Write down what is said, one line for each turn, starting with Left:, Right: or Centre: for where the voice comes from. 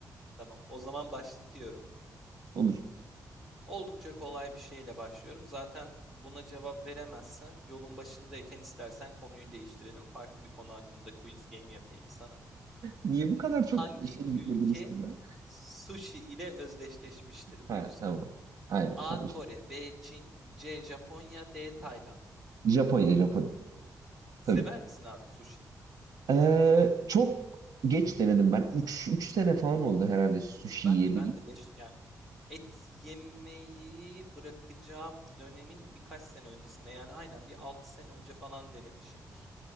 Centre: Tamam, o zaman başlatıyorum.
Right: Olur.
Centre: Oldukça kolay bir şeyle başlıyorum. Zaten buna cevap veremezsen yolun başındayken istersen konuyu değiştirelim. Farklı bir konu hakkında quiz game yapayım sana.
Right: Niye bu kadar çok
Centre: Hangi
Right: şey yükledin
Centre: ülke
Right: üstüme?
Centre: sushi ile özdeşleşmiştir
Right: Ha,
Centre: bu yüzden?
Right: tamam. Aynen
Centre: A.
Right: tabii.
Centre: Kore, B. Çin, C. Japonya, D. Tayland.
Right: Japonya, Japonya.
Centre: Sever
Right: Tabii ki.
Centre: misin abi sushi?
Right: Ee, çok geç denedim ben. üç 3 sene falan oldu herhalde sushi
Centre: Ben
Right: yediği.
Centre: de ben de 5 yani et yemeyi bırakacağım dönemin birkaç sene öncesinde yani aynen bir 6 sene önce falan denemişimdir.